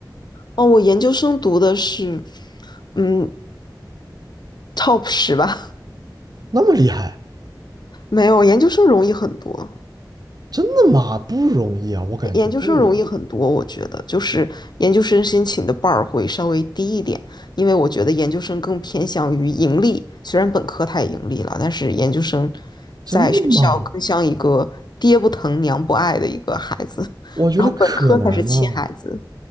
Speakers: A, on the left; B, on the right.
A: 哦，我研究生读的是，嗯，top 十吧，
B: 那么厉害，
A: <laughs> 没有，研究生容易很多，
B: 真的吗？不容易啊，我感觉不容易，
A: 研究生容易很多，我觉得就是研究生申请的 bar 会稍微低一点，因为我觉得研究生更偏向于盈利，虽然本科它也盈利了，但是研究生在学校更像一个爹不疼娘不爱的一个孩子，
B: 真的吗？我觉得可难了，
A: 然后本科才是亲孩子，